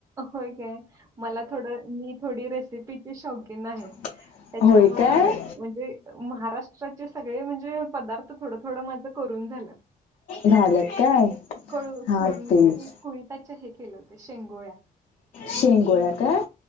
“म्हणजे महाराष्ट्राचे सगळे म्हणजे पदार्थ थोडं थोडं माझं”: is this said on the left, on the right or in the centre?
Right